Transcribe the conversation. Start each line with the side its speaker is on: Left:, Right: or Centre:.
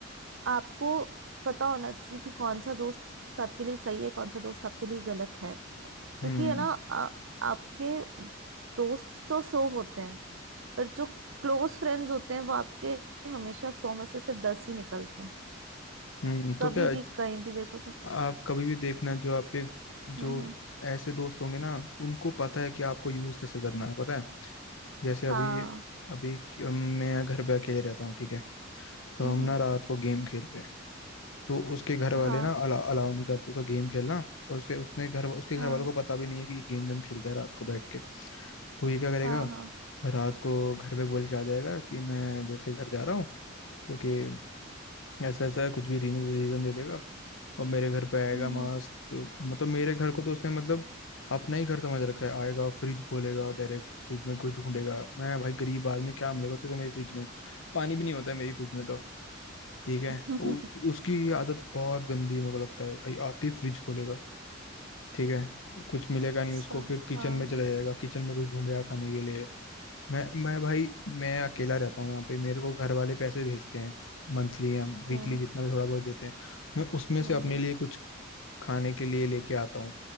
Right: आपको पता होना चाहिए कि कौन सा दोस्त आपके लिए सही है कौन सा दोस्त आपके लिए गलत है क्योंकि
Left: हम्म
Right: है ना आ, आपके दोस्त तो सौ होते हैं पर जो क्लोज फ्रेंड्स होते हैं वो आपके हमेशा सौ में से सिर्फ दस ही निकलते हैं
Left: हम्म
Right: कभी
Left: तो क्या
Right: भी कहीं भी देखो तो
Left: आप कभी भी देखना जो आपके जो
Right: हम्म हम्म
Left: ऐसे दोस्त होंगे ना उनको पता है कि आपको यूज कैसे करना है पता है जैसे अभी
Right: हाँ
Left: अभी कि- मैं घर पे अकेले रहता हूँ ठीक है तो
Right: हम्म
Left: हम ना
Right: हम्म
Left: रात को गेम खेलते हैं तो उसके घर वाले
Right: हाँ
Left: ना अला, अलाउ नहीं करते उसको गेम खेलना और उसके उसने घर उसके
Right: हाँ
Left: घर वालों को पता भी नहीं है कि ये गेम वेम खेलता है रात को बैठ के तो ये क्या करेगा
Right: हाँ हाँ
Left: रात को घर पे बोल के आ जाएगा कि मैं दोस्त के घर जा रहा हूँ क्योंकि ऐसा ऐसा है, कुछ भी रीजन दे देगा और मेरे घर पे आएगा
Right: हम्म
Left: मस्त मतलब मेरे घर को तो उसने मतलब अपना ही घर समझ रखा है आएगा फ्रिज खोलेगा डायरेक्ट फ्रिज में कुछ ढूंढेगा मैं भाई गरीब आदमी क्या मिलेगा तेरे को मेरी फ्रिज में पानी भी नहीं होता है मेरी फ्रिज में तो ठीक है
Right: हम्म
Left: उ, उसकी ये आदत बहुत गंदी है मेरे को लगता है भाई आते ही फ्रिज खोलेगा ठीक है कुछ मिलेगा
Right: <laughs> अच्छा
Left: नहीं उसको फिर किचन
Right: हाँ
Left: में चला जाएगा किचन में कुछ ढूंढेगा खाने के लिए मैं मैं भाई मैं अकेला रहता हूँ यहाँ पे मेरे को घर वाले पैसे भेजते हैं मंथली या वीकली
Right: हम्म
Left: जितना भी थोड़ा बहुत देते हैं मैं उसमें
Right: हम्म
Left: से अपने
Right: हम्म
Left: लिए कुछ खाने के लिए लेके आता हूँ